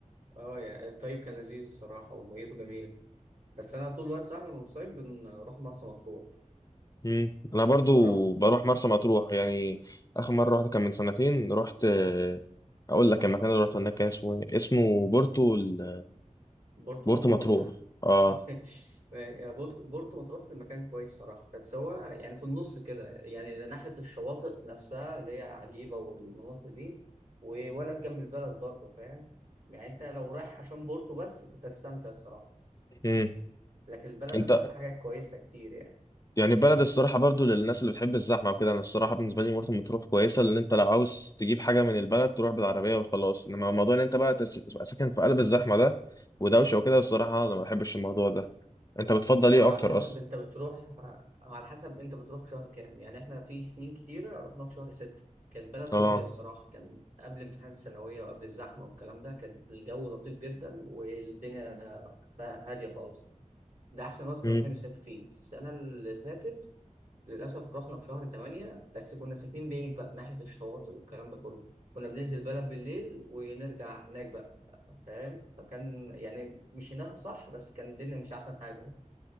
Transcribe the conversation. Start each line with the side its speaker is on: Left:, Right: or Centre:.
Right: اه يعني الطيب كان لذيذ الصراحة وميته جميل بس أنا طول الوقت صح لما بنصيف بنروح مرسى مطروح
Left: مم. انا برضو
Right: جربت
Left: بروح مرسى مطروح يعني اخر مرة رحت كان من سنتين رحت آه، اقول لك المكان اللي رحت هناك كان اسمه ايه؟ اسمه بورتو ال-
Right: برضه
Left: بورتو
Right: مطروح
Left: مطروح اه
Right: <laughs> بورت- بورتو مطروح في مكان كويس صراحة بس هو يعني في النص كده يعني ناحية الشواطئ نفسها اللي هي عجيبة والمناطق دي و- ولا جنب البلد برضه فاهم يعني أنت لو رايح عشان بورتو بس كنت هتستمتع الصراحة
Left: مم.
Right: لكن البلد
Left: انت
Right: نفسها في حاجات كويسة كتير يعني.
Left: يعني بلد الصراحة برضو للناس اللي بتحب الزحمة وكده أنا الصراحة بالنسبة لي مرسى مطروح كويسة لأن أنت لو عاوز تجيب حاجة من البلد تروح بالعربية وخلاص إنما موضوع إن أنت بقى تس- تبقى ساكن في قلب الزحمة ده ودوشة وكده الصراحة أنا ما بحبش الموضوع ده أنت بتفضل
Right: ما هو
Left: إيه
Right: على
Left: أكتر
Right: حسب
Left: أصلا؟
Right: انت بتروح آه، على حسب انت بتروح في شهر كام يعني احنا في سنين كتيرة رحنا في شهر ستة كانت البلد
Left: آه
Right: فاضية الصراحة كان قبل امتحانات الثانوية وقبل الزحمة والكلام ده كان الجو لطيف جدا والدنيا بقى هادية خالص ده أحسن وقت
Left: مم.
Right: كنا بنحب نسافر فيه السنة اللي فاتت للأسف رحنا في شهر تمانية بس كنا ساكنين بعيد بقى ناحية الشواطئ والكلام ده كله كنا بننزل البلد بالليل ونرجع هناك بقى فاهم فكان يعني مشيناها صح بس كان الدنيا مش أحسن حاجة